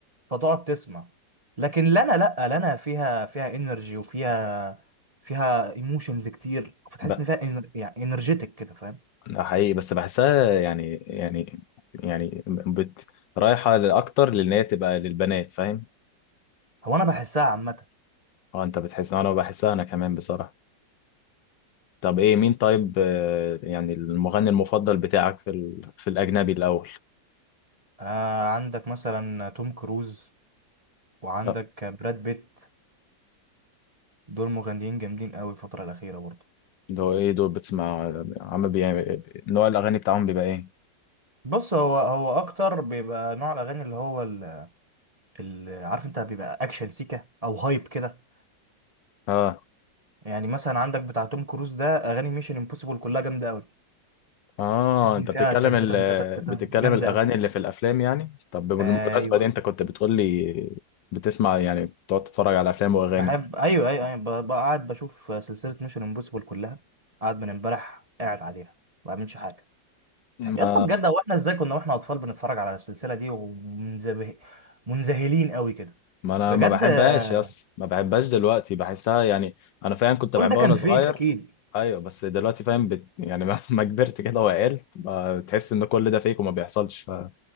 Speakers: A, on the right; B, on the left.
A: فتقعد تسمع لكن لنا لا لنا فيها فيها انرجي وفيها فيها ايموشنز كتير فتحس
B: بقى
A: ان فيها إنر... يعني انرجيتك كده فاهم
B: ده حقيقي بس بحسها يعني يعني يعني بت رايحة لأكتر لأن هي تبقى للبنات فاهم
A: هو انا بحسها عامه
B: اه انت بتحس انا بحسها انا كمان بصراحة طب ايه مين طيب آه، يعني المغني المفضل بتاعك في ال... في الأجنبي الأول
A: آه عندك مثلا توم كروز وعندك
B: آه،
A: براد بيت دول مغنيين جامدين قوي الفتره الاخيره برضه
B: ده هو ايه دول بتسمع عم بي... نوع الأغاني بتاعهم بيبقى ايه
A: بص هو هو اكتر بيبقى نوع الاغاني اللي هو ال... ال... عارف انت بيبقى اكشن سيكا او هايب كده
B: اه
A: يعني مثلا عندك بتاع توم كروز ده اغاني ميشن امبوسيبل كلها جامده قوي
B: اه
A: تحس
B: انت
A: ان فيها
B: بتتكلم
A: تن
B: ال...
A: تن تن تن
B: بتتكلم
A: تن- جامده
B: الاغاني
A: قوي
B: اللي في الافلام يعني طب بالمناسبه
A: ايوه
B: دي انت كنت بتقول لي بتسمع يعني بتقعد تتفرج على افلام واغاني
A: بحب ايوه ايوه ايوه ب- بقعد بشوف سلسله ميشن امبوسيبل كلها قاعد من امبارح قاعد عليها ما بعملش حاجه
B: ما
A: يا اسطى بجد هو احنا ازاي كنا واحنا اطفال بنتفرج على السلسله دي ومنزبه منذهلين قوي كده
B: ما انا
A: بجد
B: ما بحبهاش
A: آه،
B: يس ما بحبهاش دلوقتي بحسها يعني انا فاهم كنت
A: كل
B: بحبها
A: ده كان
B: وانا صغير
A: فيك اكيد
B: ايوه بس دلوقتي فاهم بت... يعني ما <laughs> ما كبرت كده وعقلت بقى بتحس ان كل ده فيك وما بيحصلش فما